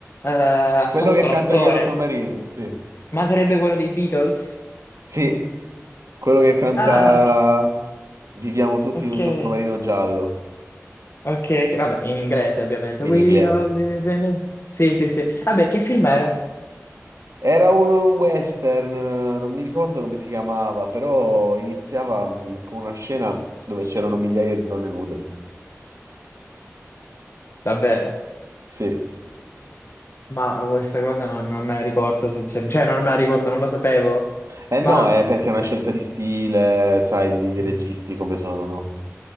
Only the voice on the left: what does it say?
eh, eh, ha
fatto
l'attore,
ma sarebbe quello dei Beatles?
Ah, ok,
ok,
ok, ok, vabbè, in inglese ovviamente.
We
all
live in... Sì, sì, sì. Vabbè, che film era?
Davvero?
Ma questa cosa non, non me la ricordo, sinceramente. Cioè, non me la ricordo, non lo sapevo.
Ma
mm,